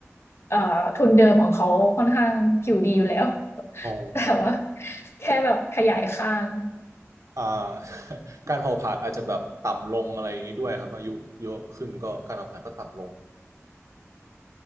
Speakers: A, on the left; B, on the right.
A: เอ่อทุนเดิมของเขาค่อนข้างผิวดีอยู่แล้ว <laughs>
B: อ๋อ
A: แต่ว่าแค่แบบขยายข้าง
B: อ่า <laughs> การเผาผลาญอาจจะแบบต่ำลงอะไรอย่างนี้ด้วยครับอายุเยอะขึ้นก็การเผาผลาญก็ต่ำลง